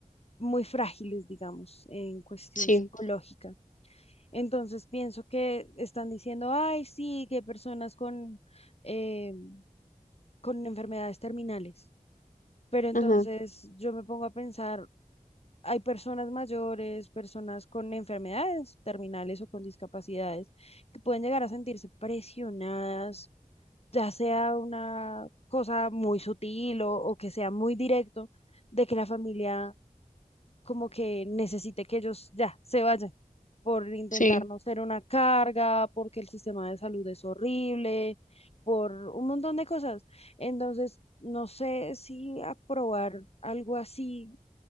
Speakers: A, on the left; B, on the left.
A: muy frágiles, digamos, en cuestión
B: Sí,
A: psicológica. Entonces pienso que están diciendo, ay, sí, que personas con, eh, con enfermedades terminales. Pero entonces
B: ujú,
A: yo me pongo a pensar, hay personas mayores, personas con enfermedades terminales o con discapacidades que pueden llegar a sentirse presionadas, ya sea una cosa muy sutil o, o que sea muy directo, de que la familia como que necesite que ellos ya se vayan por intentar
B: sí.
A: no ser una carga, porque el sistema de salud es horrible, por un montón de cosas. Entonces, no sé si aprobar algo así